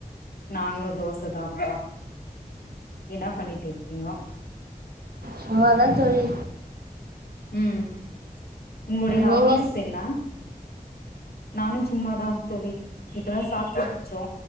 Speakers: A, on the left (about 85°); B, on the right (about 80°).
A: நாங்களு தோச தாபா என்னா பண்ணிட்டு இருக்கீங்கோ
B: சும்மா தா தோழி
A: ம் உங்களுடைய ஹாபிஸ்
B: நீங்க
A: என்ன நானு சும்மாதான் தோழி இப்ப தா சாப்ட்டு முடிச்சோ